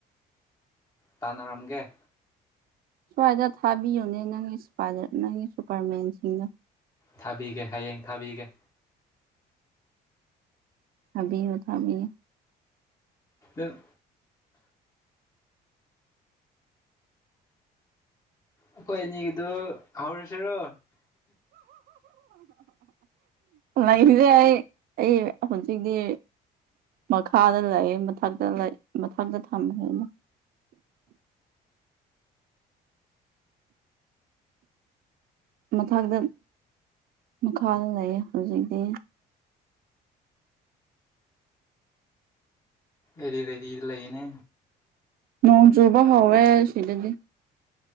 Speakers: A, on the left; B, on the right.
A: ꯇꯥꯟꯅꯔꯝꯒꯦ
B: ꯍꯣꯏ ꯑꯗꯣ ꯊꯕꯤꯌꯨꯅꯦ ꯅꯪꯒꯤ ꯏꯁꯄꯥꯏꯗꯔ ꯅꯪꯒꯤ ꯁꯨꯄꯔꯃꯦꯟꯁꯤꯡꯅ
A: ꯊꯥꯕꯤꯒꯦ ꯍꯌꯦꯡ ꯊꯥꯕꯤꯒꯦ
B: ꯊꯕꯤꯌꯨ ꯊꯕꯤꯌꯨ
A: ꯑꯗꯨ ꯑꯩꯈꯣꯏ ꯑꯅꯤꯒꯤꯗꯨ ꯍꯧꯔꯁꯤꯔꯣ
B: ꯂꯩꯔꯤꯁꯦ ꯑꯩ ꯑꯩ ꯍꯧꯖꯤꯛꯗꯤ ꯃꯈꯥꯗ ꯂꯩꯌꯦ ꯃꯊꯛꯇ ꯂꯩ ꯃꯊꯛꯇ ꯊꯝꯈ꯭ꯔꯦ ꯑꯩꯅ ꯃꯊꯛꯇ ꯃꯈꯥꯗ ꯂꯩꯌꯦ ꯍꯧꯖꯤꯛꯇꯤ
A: ꯑꯦꯗꯤ ꯔꯦꯗꯤꯗ ꯂꯩꯌꯦꯅꯦ
B: ꯅꯣꯡ ꯆꯨꯕ ꯍꯧꯋꯦ ꯁꯤꯗꯗꯤ